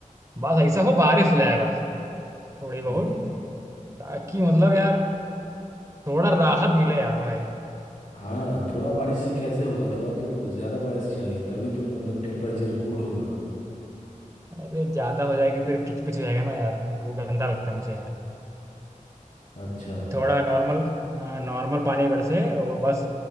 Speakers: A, on the right; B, on the left.
A: बस ऐसा हो बारिश हो जाए बस थोड़ी बहुत
B: नहीं
A: ताकि मतलब यार थोड़ा राहत मिले यार भाई
B: हाँ थोड़ा बारिश से कैसे होगा थोड़ा तो ज्यादा बारिश चाहिए तभी तो मतलब टेम्परेचर कूल होगा
A: अरे ज्यादा हो जाएगी फिर किचपिच हो जाएगा ना यार वो गंदा लगता है मुझे यार
B: अच्छा
A: थोड़ा नॉर्मल हाँ नॉर्मल पानी बरसे और बस